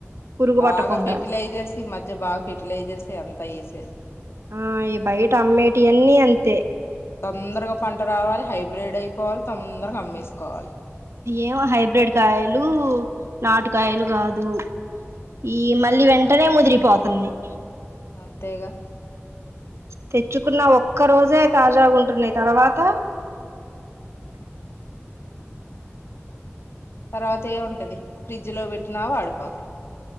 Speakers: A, on the right; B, on the left.
A: పురుగు
B: బాగా
A: పట్టకుండా,
B: ఫెర్టిలైజర్స్ ఈ మధ్య బాగా ఫెర్టిలైజర్స్ అంతా వేసేది
A: ఆ ఈ బయట అమ్మేటియన్ని అంత్ తే
B: తొందరగ పంట రావాలె, హైబ్రిడ్ అయిపోవాలె, తొందరగా అమ్మేసుకోవాలె.
A: ఏమో హైబ్రిడ్ కాయలు, నాటుకాయలు కాదు. ఈ మళ్ళి వెంటనే ముదిరిపోతున్నాయ్.
B: అంతేగ
A: తెచ్చుకున్న ఒక్క రోజే తాజాగా ఉంటున్నయ్, తర్వాత
B: తర్వాత ఏం ఉంటది. ఫ్రిడ్జ్ లో పెట్టినా వాడిపోతయ్.